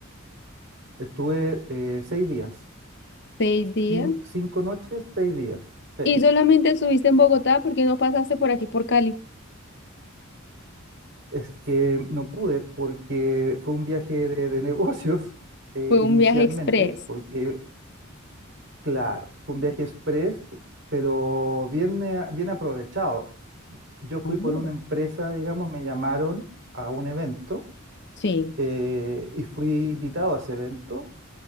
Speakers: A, on the right; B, on the left.
A: Estuve eh, seis días,
B: ¿Seis días?
A: cin- cinco noches, seis días. Sí.
B: ¿Y solamente estuviste en Bogotá? ¿Por qué no pasaste por aquí por Cali?
A: Es que no pude porque fue un viaje de, de negocios eh,
B: Fue
A: inicialmente,
B: un viaje express.
A: porque Claro, fue un viaje express, pero bien, eh, bien aprovechado. Yo fui
B: Ah.
A: por una empresa, digamos, me llamaron a un evento
B: Sí,
A: eh, y fui invitado a ese evento